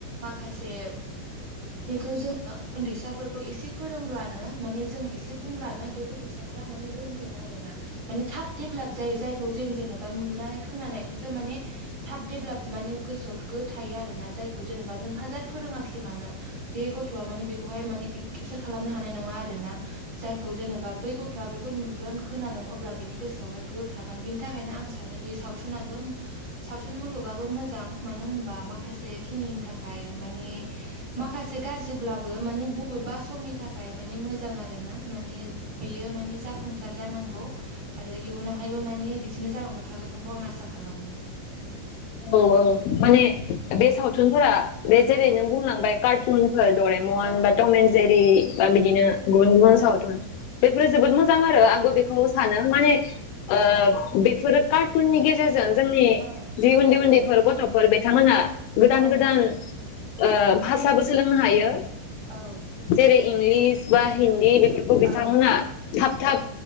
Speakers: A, on the right; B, on the left.
A: माख खासे बेखौ जोङो ओन्दैसाफोरखौ एसे फोरोंब्लानो माने जों एसे बुंब्लानो बे गथ'सा फ्रा माने रोंगोन आरो ना। माने थाब देभलाप जायो जायखौ जों जेनेबा नुनानै खोनानायखौसो माने थाब देभलाप माने गोसोआव गो थायो आरोना जायखौ जेनेबा नों हाजार फोरोङाखै मानो बे गथ'आ माने बेखौहाय माने केपसार खालामनो हानाय नङा आरोना जायखौ जेनेबा बै गथ'आ बेखौ नुगोन खोनागोन अब्ला बिनि गोसोआवहाय गो थाग गोन बिनि थाखायनो आं सानोदि सावथुनाबो सावथुन मुलुगाबो मोजां मानो होनबा माखासे खिनिनि थाखाय माने माखासे गाज्रिब्लाबो माने बबेबा समनि थाखाय माने मोजां आरो ना माने बेयो माने जाफुंसार जानांगौ। आरो इयुनावहायबो माने बिदिनो जालांबाय थागोनखौ आं आसा खालामो।
B: औ औ माने बे सावथुनफोरा बे जेरै नों बुंलांबाय कारथुनफोर दरेमन
A: औ
B: बा थमेन
A: औ
B: जेरि बा बिदिनो
A: औ
B: गुबुन गुबुन सावथुन बेफोरो
A: औ
B: जोबोद आरो आंबो बे मसानो माने ओ बेफोरो कारटुननि गेजेरजों जोंनि
A: औ
B: जि उन्दै उन्दैफोर गथ'फोर बिथांमोना गोदान
A: औ
B: गोदान
A: औ
B: ओ भासाबो सोलोंनो हायो।
A: औ
B: जेरै इंलिस बा हिन्दी बेफोर खौ बिथांमोना
A: औ
B: थाब थाब